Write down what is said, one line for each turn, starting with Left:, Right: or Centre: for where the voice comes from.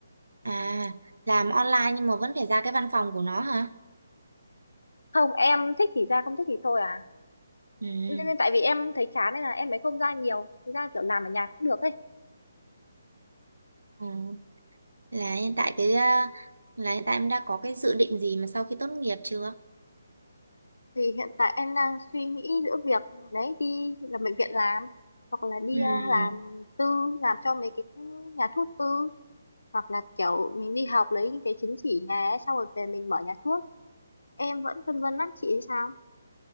Right: à làm online nhưng mà vẫn phải ra cái văn phòng của nó hả
Left: không em thích thì ra không thích thì thôi à
Right: ừ,
Left: nên, nên tại vì em thấy chán nên là em mới không ra nhiều thực ra kiểu làm ở nhà cũng được ấy
Right: ừ. là hiện tại cái ờ, là hiện tại em đã có cái dự định gì mà sau khi tốt nghiệp chưa
Left: thì hiện tại em đang suy nghĩ giữa việc đấy đi làm bệnh viện làm hoặc là đi
Right: ừ
Left: ờ, làm tư làm cho mấy cái nhà thuốc tư hoặc là kiểu mình đi học lấy những cái chứng chỉ nhà ấy, xong rồi về mình mở nhà thuốc em vẫn phân vân lắm chị thì sao